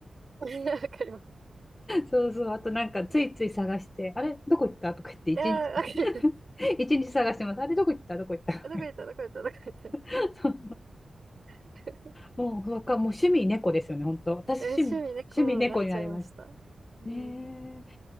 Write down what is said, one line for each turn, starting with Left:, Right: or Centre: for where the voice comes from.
Right: <laughs> いや、わかります。
Left: そうそう、あとなんかついつい探して、あれどこ行ったとか言って一日
Right: いや、わかります。
Left: <laughs> 一日探してます。あれどこ行ったどこ行った
Right: あどこ行った、どこ行った、どこ行った。
Left: <laughs> そう
Right: <laughs>
Left: もう、わかもう趣味猫ですよね、本当。私趣味、
Right: え趣味ね、こうなっちゃいました。
Left: 趣味猫になりました。
Right: うん。
Left: ねえ。